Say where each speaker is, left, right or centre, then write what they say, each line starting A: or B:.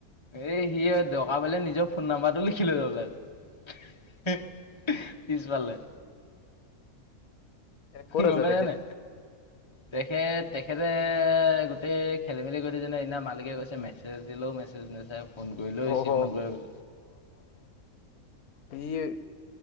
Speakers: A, on the left; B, on the left.
A: এই সি দৰকাৰ পৰিলে নিজৰ ফোন নাম্বাৰটো লিখি লৈছ ওলাই। <unintelligible> পিছফালে।
B: এ ক'ত
A: গমে
B: আছে তেখেত
A: জানে তেখেত তেখেতে গোটেই খেলি মেলি কৰি দিছে নহয় সদিনা মালিকে কৈছে মেছেজ দে মে না ফ কৰিলে ৰিচিভ
B: অ হ
A: নকৰে বো
B: এই